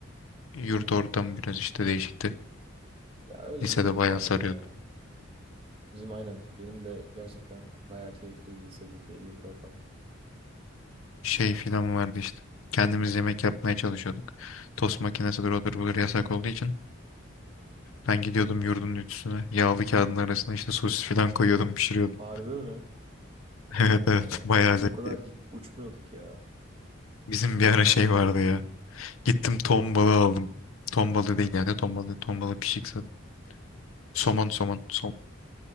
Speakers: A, on the left (about 90°); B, on the right (about 30°).
A: yurt ortamı biraz işte değişikti.
B: Ya öyle
A: Lisede
B: bizimki
A: bayağı
B: de aynı
A: sarıyordu.
B: ya. Bizim aynen. Benim de gerçekten bayağı keyifliydi lisedeki yurt ortamı.
A: Şey filan vardı işte. Kendimiz yemek yapmaya çalışıyorduk. Tost makinesidir odur budur yasak olduğu için. Ben gidiyordum yurdun ütüsüne. Yağlı kağıdın arasına işte sosis filan koyuyordum pişiriyordum.
B: Harbi mi?
A: <laughs>
B: Allah'ım
A: Evet evet
B: ya.
A: bayağı
B: Biz
A: zevkli.
B: o kadar git uçmuyorduk ya.
A: Bizim bir ara
B: Ay,
A: şey vardı ya. Gittim ton balığı aldım. Ton balığı değil yani ton balığı. Ton balığı pişik zaten.
B: Pişik.
A: Somon somon. Som